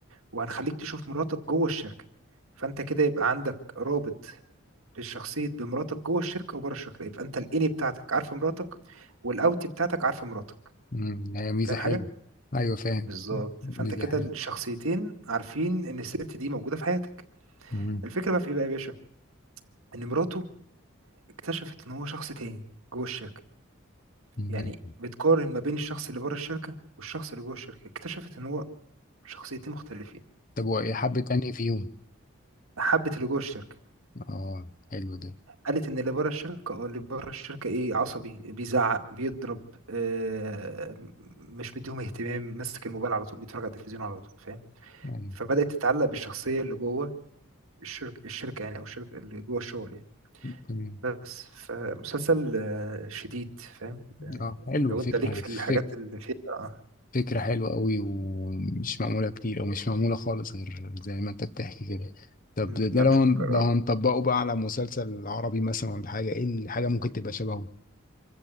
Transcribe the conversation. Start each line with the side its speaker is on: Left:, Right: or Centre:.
Right: وهنخليك تشوف مراتك جوه الشركه فانت كده يبقى عندك رابط بالشخصيه بمراتك جوه الشركه وبره الشركه يبقى انت الاني بتاعتك عارفه مراتك والاوتي بتاعتك عارفه مراتك
Left: مم. هي ميزة
Right: فاهم
Left: حلوة
Right: حاجه
Left: أيوة فاهم
Right: بالظبط
Left: ميزة
Right: فانت كده
Left: حلوة
Right: الشخصيتين عارفين ان الست دي موجوده في حياتك
Left: مم.
Right: الفكره بقى في ايه بقى يا باشا ان مراته اكتشفت ان هو شخص تاني جوه الشركه
Left: مم.
Right: يعني بتقارن ما بين الشخص اللي بره الشركه والشخص اللي جوه الشركه اكتشفت ان هو شخصيتين مختلفين
Left: طب وإيه حبة أنهي فيهم؟
Right: فحبت اللي جوه الشركه
Left: آه حلو ده
Right: قالت ان اللي بره الشركه اه اللي بره الشركه ايه عصبي بيزعق بيضرب آه م- مش مديهم اهتمام ماسك الموبايل على طول بيتفرج على التلفزيون على طول فاهم
Left: يعني
Right: فبدأت تتعلق بالشخصيه اللي جوه الشركه الشركه يعني او الشركه اللي جوه الشغل يعني.
Left: تمام
Right: بس فمسلسل آه، شديد فاهم يعني
Left: آه حلو
Right: لو
Left: فكرة
Right: انت ليك في
Left: فك
Right: الحاجات اللي فيها آه،
Left: فكرة حلوة أوي ومش معمولة كتير أو مش معمولة خالص غير زي ما أنت بتحكي كده طب
Right: مم،
Left: ده ده
Right: لا
Left: لو
Right: مش
Left: هن...
Right: مكرر
Left: لو هنطبقه بقى على مسلسل عربي مثلا ولا حاجة إيه الحاجة ممكن تبقى شبهه؟